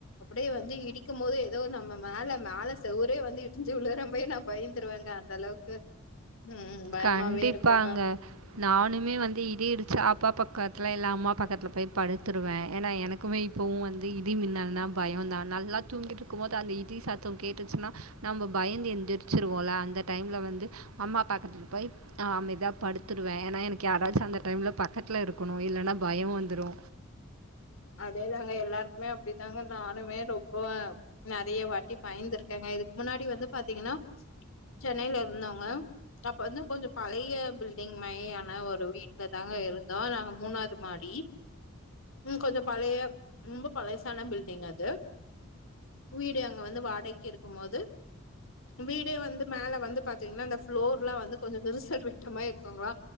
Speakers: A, on the left; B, on the right.
A: அப்டியே வந்து இடிக்கும் போது எதோ நம்ம மேல மேல செவுரே வந்து இடிஞ்சு விழுர மாயி நா பயந்துருவங்க அந்த அளவுக் கு ம்
B: கண்டிப்பாங்க
A: இருக்குங்க.
B: நானுமே வந்து இடி இடிச்சா அப்பா பக்கத்துல இல்ல அம்மா பக்கத் ட்ல போய் படுத்துருவே ஏனா எனக்குமே இப்பவு வந்து இடி மின்னல்னா பயோந்தா நல்லா தூங்கிட்ருக்கும் போது அந்த இடி சத்த கேட்டு சுனா நம்ப பயந்து எந்திரிச்சுருவோல அந்த டைம்ல வந் து அம்மா பக்கத்துல போய் நா அமைதியா படுத்துருவே ஏனா எனக்கு யாராச்சு அந்த டைம்ல பக்கத்துல இருக்கணு இல்லனா பய வந்துரு
A: அதேதாங்க எல்லாருக்குமே அப்டி தாங்க நானுமே ரொம்ப நெறைய வாட்டி பயந்திருக்கேங்க இதுக்கு முன்னாடி வந்து பாத்தீங்கனா சென்னைல இருந்தோங்க அப்ப வந்து கொஞ்ச பழைய பில்டிங் மாயியான ஒரு வீட்ல தாங்க இருந்தோ நாங்க மூணாவ்து மாடி ம் கொஞ்ச பழைய ரொம்ப பழசான பில்டிங் அது வீடு அங்க வந்து வாடைக்கு இருக்கு மோது வீடே வந்து மேல வந்து பாத்தீங்னா அந்த ஃப்ளோர்லா வந்து கொஞ்ச விரிசல் விட்டமாயி இருக்குங்ளா